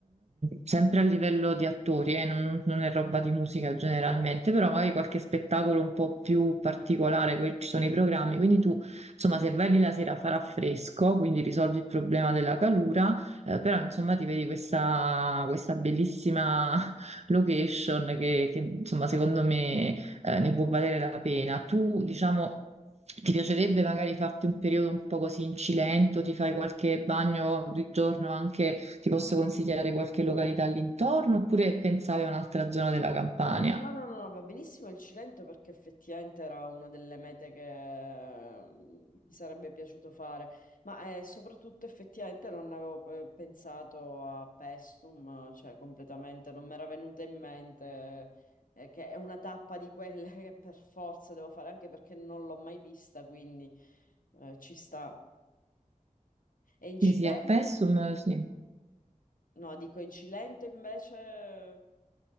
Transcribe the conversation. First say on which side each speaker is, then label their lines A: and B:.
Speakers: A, on the right (about 50°); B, on the left (about 80°).
A: sempre a livello di attori, eh, non, non è roba di musica generalmente, però magari qualche spettacolo un po' più particolare, poi ci sono i programmi, quindi tu, insomma, se vai lì la sera farà fresco, quindi risolvi il problema della calura, eh, però insomma ti vedi questa, questa bellissima <laughs> location che, che, insomma, secondo me, eh, ne può valere la pena. Tu, diciamo... Ti piacerebbe magari farti un periodo un po' così in Cilento, ti fai qualche bagno di giorno anche ti posso consigliare qualche località all'intorno oppure pensavi a un'altra zona della Campania?
B: No, no, no, va benissimo il Cilento perché effettivamente era una delle mete che mm, mi sarebbe piaciuto fare, ma eh, soprattutto effettivamente non avevo pe- pensato a Pestum, cioè completamente non mi era venuta in mente eh, che è una tappa di quelle <laughs> che per forza devo fare, anche perché non l'ho mai vista, quindi eh, ci sta. E in Cilento?
A: Sì, sì, a Pessum, sì.
B: No, dico in Cilento invece...